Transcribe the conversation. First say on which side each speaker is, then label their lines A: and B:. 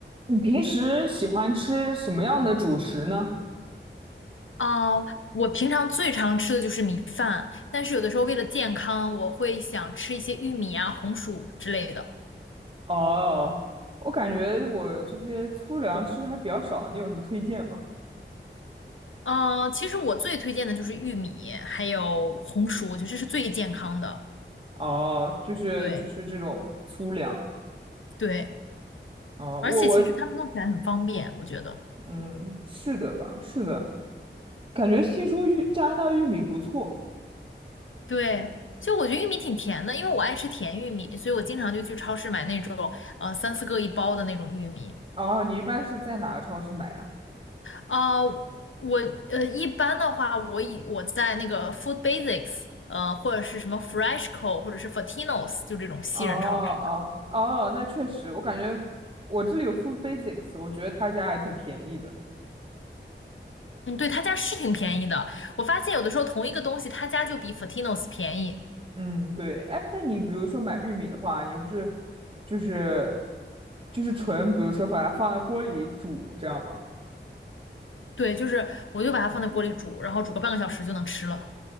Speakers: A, on the right; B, on the left.
A: 你平时喜欢吃什么样的主食呢？
B: 哦，我平常最常吃的就是米饭，但是有的时候为了健康，我会想吃一些玉米啊、红薯之类的。
A: 哦，我感觉我这些粗粮吃的还比较少，你有什么推荐吗？
B: 嗯、其实我最推荐的就是玉米，还有红薯，我觉得这是最健康的。
A: 哦，就是就是这种粗粮，
B: 对对，
A: 啊、
B: 而且其实他们弄起来很方便，
A: 我我
B: 我觉得。
A: 嗯，是的吧，是的，感觉听说玉加拿大玉米不错。
B: 对，就我觉得玉米挺甜的，因为我爱吃甜玉米，所以我经常就去超市买那种呃三四个一包的那种玉米，
A: 哦，你一般是在哪个超市买呀？
B: 啊，呃我呃，一般的话，我以我在那个 Food Basics，呃，或者是什么 Freshco，或者是 Fortinos，就这种西人超市的。
A: 哦哦哦，那确实，我感觉我这里有 Food Basics，我觉得他家还挺便宜的。
B: 嗯，对，他家是挺便宜的。我发现有的时候同一个东西，他家就比 Fortinos 便宜。
A: 嗯，对，哎，那你比如说买玉米的话，你是就是就是纯，比如说把它放在锅里煮，这样吗？
B: 对，就是我就把它放在锅里煮，然后煮个半个小时就能吃了。